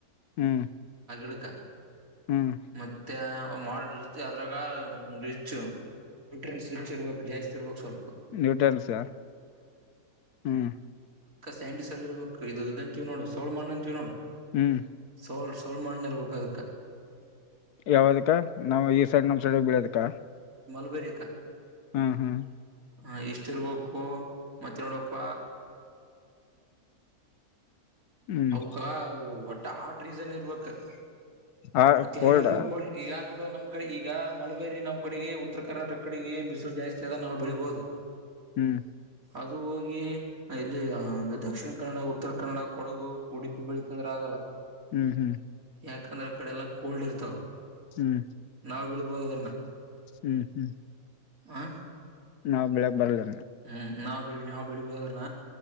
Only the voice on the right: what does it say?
ಡುಕ
ಮತ್ತೆ ಮಾಡ್ರಿ ಜಾತ್ರಕಾ ಮುಚ್ಚು ಟ್ರೆನ್ಸ್ ಇರ್ಬೇಕ ಜಾಸ್ತಿರ್ಬು ಸ್ವಲ್ಪ
ಸೈಂಟಿಸ್ ಅಲ್ಲಿ ಇರ್ಬೇಕು. ಇದಂತಿವ್ ನೋಡು ಸೋಂಡ್ ಮಡಂತೀವ್ ನೋಡು
ಸೋಂಡ್ ತೌಳ ಮಣ್ಣ ಇರಬೇಕು ಅದಕ್ಕ
ಅಮೇರಿಕ
ಹ ಇಷ್ಟ ಇರ್ಬೇಕು ಮತ್ತೆ ನೋಡಪ್ಪ
ಅವಕ ಒಟ್ಟ ಆಟ್ ರೀಸನ್ ಇರ್ಬೇಕಕ್
ಕ್ಲೈಮೇಟ್
ಕೋಲ್ಡ್ ಈಗ ನೋಡ ನಮ ಕಡೆ ಈಗ ಮಲಬೇರಿ ನಮ್ ಕಡೆಗೆ ಉತ್ತರ ಕರ್ನಾಟಕ ಕಡೆಗೆ ಬಿಸಿಲು ಜಾಸ್ತಿ ಆದ ನಾವು ಬೆಳಿಬಹುದು
ಅದು ಹೋಗಿ ಇಲ್ಲಿ ದಕ್ಷಿಣ ಕನ್ನಡ ಉತ್ತರ ಕನ್ನಡ ಕೊಡಗು ಉಡುಪಿ ಬೆಳೀತ ಅಂದ್ರೆ ಆಗಲ್ಲ
ಯಾಕಂದ್ರೆ ಆ ಕಡೆ ಎಲ್ಲ ಕೋಲ್ಡ್ ಇರ್ತಾವ
ನಾವು ಬೀಳ್ಬೋದದ್ರನ್ನ
ಆ
ಹ್ಮ್ ನಾ ನಾವು ಬೆಳಿಬಹದುದ್ರ